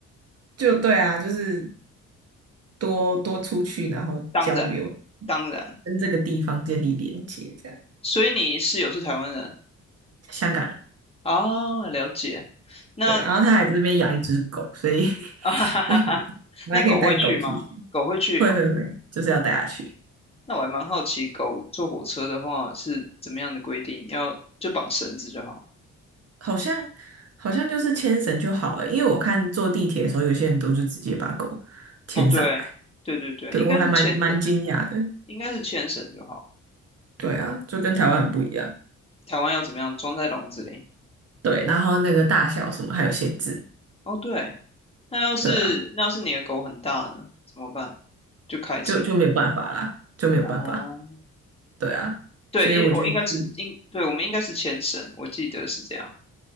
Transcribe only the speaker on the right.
就对啊，就是多多出去，然后交流，
跟这个地方建立连接，这样。
香港人，
对，然后他还这边养一只狗，
所以 <laughs>
所以我还可以带狗出去。
会会会，就是要带它去。
好像好像就是牵绳就好了，因为我看坐地铁的时候，有些人都是直接把狗牵上来。
对，
我还蛮蛮惊讶的。
对啊，就跟台湾很不一样。
对，然后那个大小什么还有限制。
对啊，
就就没有办法啦，就没有办法。
对啊，
所以我觉得是，